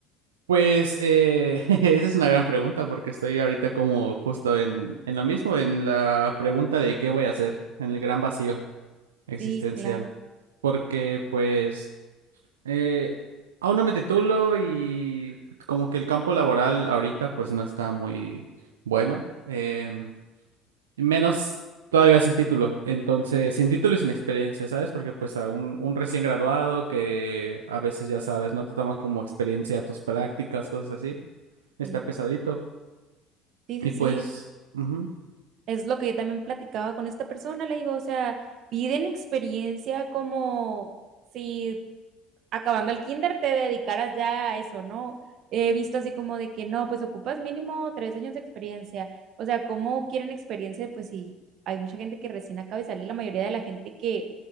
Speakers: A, on the right; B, on the right.
A: Pues eh, <laughs> esa es una gran pregunta porque estoy ahorita como justo en, en lo mismo, en la pregunta de qué voy a hacer, en el gran vacío existencial.
B: Sí, claro.
A: Porque pues eh, aún no me titulo y como que el campo laboral ahorita pues no está muy bueno. em, Menos todavía sin título. Entonces, sin título y sin experiencia, ¿sabes? Porque pues a un, un recién graduado que a veces ya sabes, no te toman como experiencia tus prácticas, cosas así, está
B: Sí,
A: pesadito.
B: sí, sí,
A: Y pues,
B: sí,
A: ujú.
B: es lo que yo también platicaba con esta persona, le digo, o sea, piden experiencia como si acabando el kinder te dedicaras ya a eso, ¿no? He visto así como de que no, pues ocupas mínimo tres años de experiencia. O sea, ¿cómo quieren experiencia? Pues si hay mucha gente que recién acaba de salir, la mayoría de la gente que,